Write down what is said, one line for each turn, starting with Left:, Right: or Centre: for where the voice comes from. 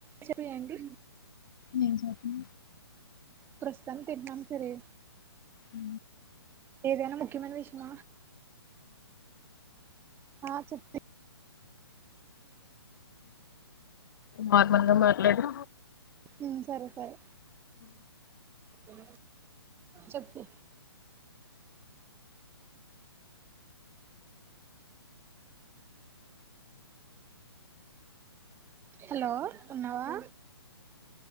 Right: చెప్పియండి
Left: మేమ్ చద్మే
Right: ప్రస్తుతాన్కి తిట్నం సరే
Left: ఊ
Right: ఏదైన ముఖ్యమైన విష్యమ ఆ చెప్తి
Left: నార్మల్‌గా మాట్లాడడు
Right: ఉమ్ సరె సరె ఉమ్ చెప్పు హలో ఉన్నావా